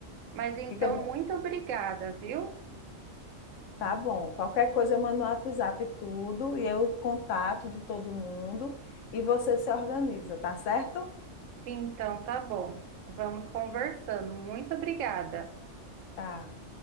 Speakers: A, on the right; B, on the left.
A: Mas então,
B: Fica bem.
A: muito obrigada, viu?
B: Tá bom. Qualquer coisa eu mando no WhatsApp tudo e eu contato de todo mundo e você se organiza, tá certo?
A: Então, tá bom. Vamos conversando. Muito obrigada.
B: Tá.